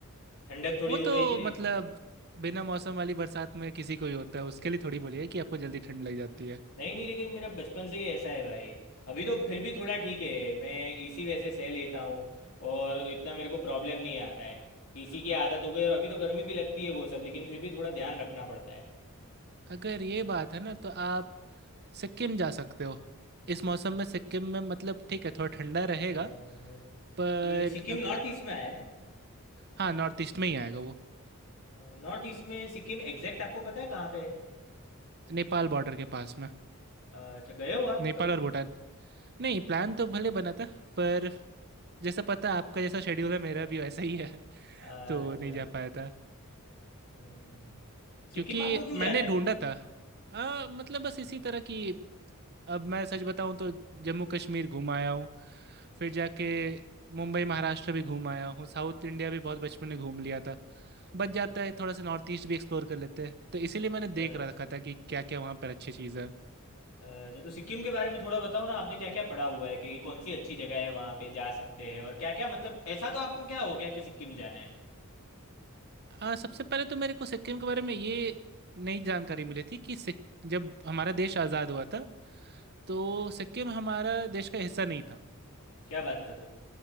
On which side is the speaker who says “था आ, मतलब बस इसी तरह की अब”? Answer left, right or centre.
Right